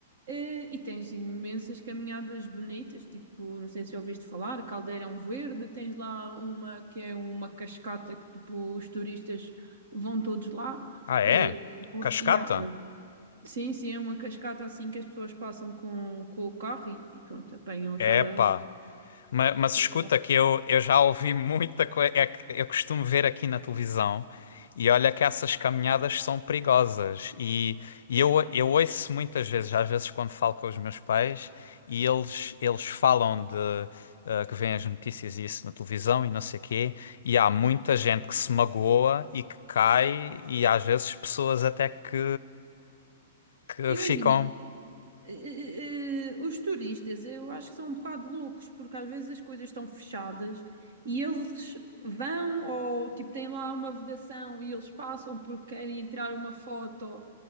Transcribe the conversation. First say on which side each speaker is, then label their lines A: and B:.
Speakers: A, on the right; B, on the left.
A: eh, e tens imensas caminhadas bonitas, tipo, não sei se já ouviste falar, Caldeirão Verde, tens lá uma que é uma cascata que tipo, os turistas vão todos lá.
B: Ah, é?
A: eh,
B: Cascata?
A: e há- Sim, sim, é uma cascata assim que as pessoas passam com, com o carro e, e pronto, apanham aquela,
B: Epá. Ma- Mas,
A: aquela...
B: escuta que eu, eu já ouvi muita coisa. eu costumo ver aqui na televisão e olha que essas caminhadas são perigosas. E, e eu, eu ouço muitas vezes, às vezes quando falo com os meus pais, e eles, eles falam de eh, que vêm as notícias e isso na televisão e não sei quê, e há muita gente que se magoa e que cai, e às vezes pessoas até que, que
A: Imagina,
B: ficam.
A: eh, eh, eh, os turistas, eu acho que são um bocado loucos, porque às vezes as coisas estão fechadas e eles vão ou tipo têm lá uma vedação e eles passam porque querem tirar uma foto